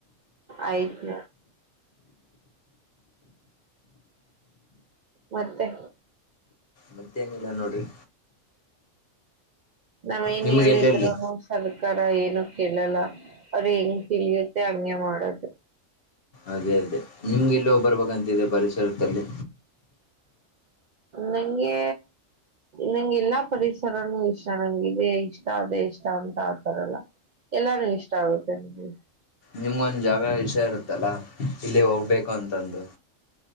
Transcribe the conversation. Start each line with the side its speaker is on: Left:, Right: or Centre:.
Right: ಆಯ್ತು. ಮತ್ತೆ.
Left: ಮತ್ತೇನಿಲ್ಲ ನೋಡ್ರಿ.
Right: ನಾವ್ ಏನೇ
Left: ನಿಮ್ಗೆ
Right: ಹೇಳಿದ್ರಿನು.
Left: ಎಲ್ಲೆಲ್ಲಿ
Right: ಸರ್ಕಾರ ಏನು ಕೇಳಲ್ಲ ಅವ್ರ ಹೆಂಗ ತಿಳಿಯುತ್ತೆ ಹಂಗೆ ಮಾಡದು.
Left: ಅದೇ ಅದೇ ನಿಮ್ಗೆಲ್ಲೋ ಬರ್ಬೇಕಂತಿದೆ ಪರಿಸರದಲ್ಲಿ
Right: ನಂಗೆ. ನಂಗೆ ಎಲ್ಲಾ ಪರಿಸರನುೂ ಇಷ್ಟ ನಂಗೆ ಇದೆ ಇಷ್ಟ ಅದೇ ಇಷ್ಟ ಅಂತ ಆತಾರಲ್ಲ. ಎಲ್ಲಾನು ಇಷ್ಟ ಆಗುತ್ತೆ ನಮಗೆ.
Left: ನಿಮ್ಗೊಂದ ಜಾವ್ಯಾವ ವಿಷಯ ಇರುತ್ತ. ಇಲ್ಲಿ ಹೋಗ್ಬೇಕು ಅಂತಂದು.